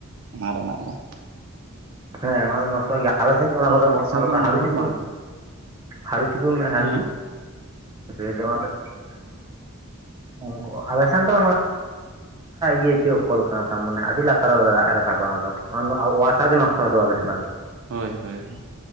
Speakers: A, on the right; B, on the right.
A: <unintelligible> ᱚᱱᱟ ᱨᱮᱱᱟᱜ ᱫᱚᱼᱼ <inaudible>
B: ᱦᱮᱸ ᱚᱱᱟ ᱱᱚᱥᱴᱚᱜ ᱜᱮᱭᱟ ᱟᱞᱮ ᱥᱮᱱ ᱫᱚ ᱚᱱᱟ ᱠᱚ ᱫᱚ
A: ᱚᱣᱟᱥᱟᱨ
B: <unintelligible>
A: ᱩᱱᱟᱹᱜ
B: ᱦᱟᱹᱲᱩ
A: ᱞᱚᱜᱚᱱ
B: ᱪᱩᱯᱤ
A: ᱵᱟᱝ
B: ᱦᱟᱹᱲᱩ ᱪᱩᱯᱤ ᱢᱮ ᱦᱟᱲᱩ
A: ᱦᱮᱸ
B: ᱪᱩᱯᱤ ᱢᱮ <unintelligible> ᱟᱞᱮᱥᱚᱱ ᱫᱚ <unintelligible> ᱤᱭᱟᱹ ᱪᱚᱭ ᱠᱚᱞ ᱠᱟᱱᱟ ᱛᱟᱢ ᱢᱟᱱᱮ ᱟᱹᱰᱤ ᱞᱟᱛᱟᱨ ᱨᱮ ᱫᱟᱜ ᱮ ᱨᱟᱠᱟᱵᱟ ᱚᱱᱟ ᱫᱚ ᱚᱱᱟ ᱚᱣᱟᱥᱟᱨ ᱜᱮ ᱱᱚᱥᱴᱚ ᱦᱚᱫᱚᱜ ᱼ ᱟ ᱟᱞᱮ ᱥᱮᱱᱟᱜ ᱫᱚᱼᱼ
A: ᱦᱳᱭ ᱦᱳᱭ